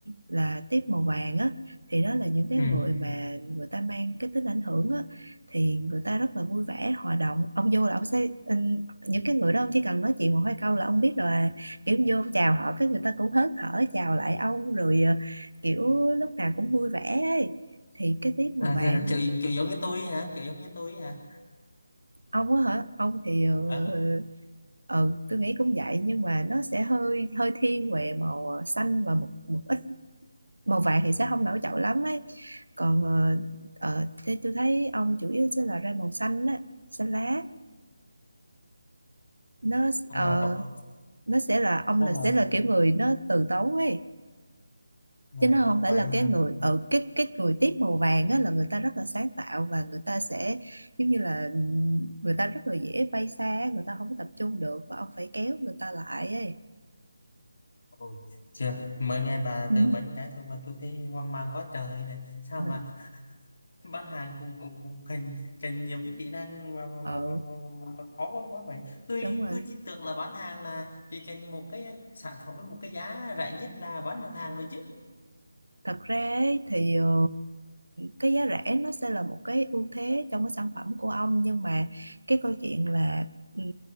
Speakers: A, on the right; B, on the left.
A: là tiếp màu vàng á thì đó là những cái
B: ừ
A: người mà người ta mang cái tính ảnh hưởng á thì người ta rất là vui vẻ hòa đồng ông vô là ông sẽ ừm, những cái người đó ông chỉ cần nói chuyện một hai câu là ông biết là kiểu vô ông chào họ cái người ta cũng hớn hở chào lại ông rồi ờ, kiểu lúc nào cũng vui vẻ ấy thì cái tiếp màu
B: à,
A: vàng
B: kiểu, kiểu kiểu giống như tôi ấy hả kiểu giống như tôi ấy hả
A: ông á hả ông thì ờ,
B: Ờ.
A: ờ, ờ, tôi nghĩ cũng vậy nhưng mà nó sẽ hơi hơi thiên về màu ờ, xanh và một một ít màu vàng thì sẽ không nổi trội lắm ấy còn ờ,
B: Ờ,
A: ờ, thế tôi thấy ông chủ yếu sẽ là ra màu xanh á xanh lá nó
B: mà
A: ờ,
B: đọc
A: nó sẽ là ông
B: xong
A: là sẽ
B: mà
A: là kiểu người nó từ tốn ấy
B: là
A: chứ nó không phải
B: vậy
A: là
B: hả?
A: cái người ở cái cái người tiếp màu vàng á là người ta rất là sáng tạo và người ta sẽ giống như là ừm, người ta rất là dễ bay xa người ta không có tập trung được và ông phải kéo người ta lại ấy
B: Ôi, chưa, mới nghe bà
A: ừ.
B: tư vấn cái thôi mà tôi thấy hoang mang quá trời này. Sao
A: <laughs>
B: mà
A: Ừ.
B: bán hàng cũng cũng cũng cần cần nhiều cái kỹ năng mà mà
A: Ừ,
B: mà, mà, mà, mà mà khó quá quá vậy. Tôi
A: đúng rồi
B: tôi chỉ tưởng là bán hàng là chỉ cần một cái sản phẩm với một cái giá rẻ nhất là bán được hàng rồi chứ.
A: thật ra ấy, thì ờ, cái giá rẻ nó sẽ là một cái ưu thế trong cái sản phẩm của ông nhưng mà cái câu chuyện là ừm,